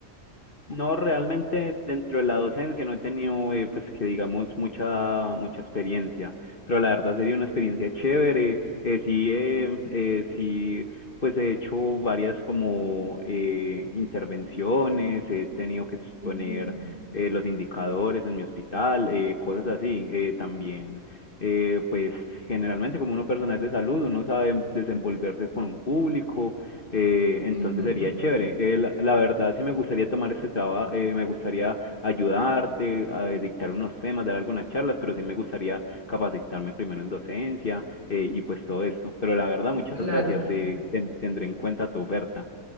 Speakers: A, on the left; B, on the right.
A: No, realmente dentro de la docencia no he tenido, eh, pues que digamos, mucha, mucha experiencia, pero la verdad sería una experiencia chévere. Eh, sí, eh, eh, sí, pues he hecho varias como eh, intervenciones, he tenido que exponer
B: Ujú,
A: eh, los indicadores en mi hospital, eh, cosas así. Eh, también, eh, pues generalmente como uno personal de salud, uno sabe desenvolverse con un público eh, entonces
B: ujú.
A: sería chévere. Eh, la, la verdad, sí me gustaría tomar este trabajo, me gustaría ayudarte, a dictar unos temas, dar algunas charlas, pero sí me gustaría capacitarme primero en docencia eh, y pues todo esto. Pero la verdad, muchas
B: Claro,
A: gracias, eh, ten- tendré en cuenta tu oferta.